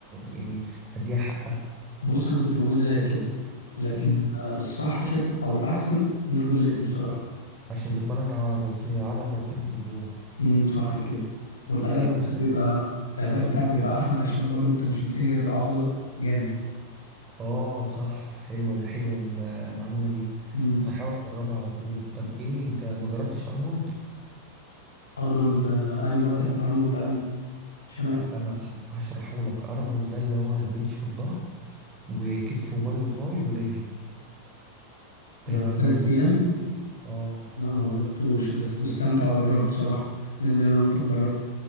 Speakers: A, on the right; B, on the left.
A: يعني بديها حقها
B: بص انا كنت بقول زيك كده لكن
A: امم
B: آه، الصح شكل او الاحسن بوش بول ليج بصراحه
A: عشان بتمرن عضلتين العضله مرتين في الاسبوع
B: امم صح كده والاداء
A: ايوه
B: بتاعك
A: بس
B: بيبقى الاداء بتاعك بيبقى احلى عشان برضه انت مش بتجهد العضله جامد
A: اه صح حلوه حلوه المعلومه دي
B: امم
A: انا هحاول اجربها على طول طب ايه انت ما جربتش ارنولد
B: ارنولد آه، اني بقى تم ارنولد اني عشان انا
A: استنى هشرحه لك ارنولد ده اللي هو البنش والظهر وكتف وباي وتراي ورجل تلات
B: ده ثلاث
A: ايام برضه
B: ايام
A: اه
B: لا ما جربتوش بس مستمتع اجربه بصراحه ننزل انا وانت نجربه